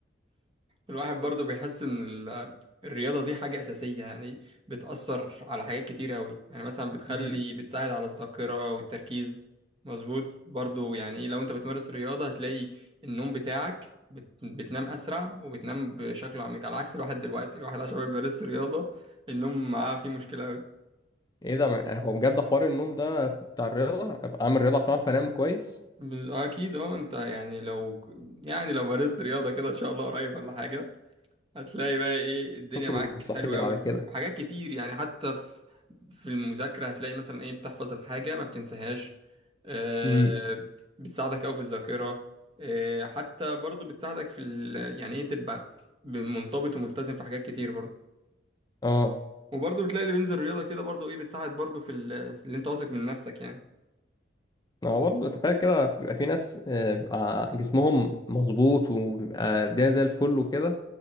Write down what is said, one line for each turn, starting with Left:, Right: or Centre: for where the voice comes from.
Right: الواحد برضو بيحس ان ال- الرياضه دي حاجه اساسيه يعني بتاثر على حاجات كتير قوي يعني مثلا بتخلي
Left: مم.
Right: بتساعد على الذاكره والتركيز مظبوط برضو يعني إيه، لو انت بتمارس رياضه هتلاقي النوم بتاعك بت... بتنام اسرع وبتنام بشكل عميق على عكس الواحد دلوقتي الواحد عشان ما بيمارس رياضه النوم معاه فيه مشكله قوي
Left: ايه ده من- هو بجد حوار النوم ده بتاع الرياضة ابقى اعمل رياضة عشان اعرف انام كويس
Right: بز- اكيد اه انت يعني لو يعني لو مارست رياضه كده ان شاء الله قريب ولا حاجه هتلاقي بقى ايه الدنيا
Left: تطلب
Right: معاك
Left: المستحيل
Right: حلوة قوي
Left: على
Right: في
Left: كده
Right: حاجات كتير يعني حتى في في المذاكرة هتلاقي مثلا ايه بتحفظ الحاجة ما بتنساهاش آه
Left: امم
Right: بتساعدك قوي في الذاكرة آه حتى برضو بتساعدك في ال... يعني ايه تبقى ب- منضبط وملتزم في حاجات كتير برضو
Left: اه
Right: وبرضو بتلاقي اللي بينزل رياضة كده برضو ايه بتساعد برضو في ال... اللي انت واثق من نفسك يعني
Left: ما هو برضه تخيل كده بيبقى في ناس آه، بيبقى جسمهم مظبوط وبيبقى الدنيا زي الفل وكده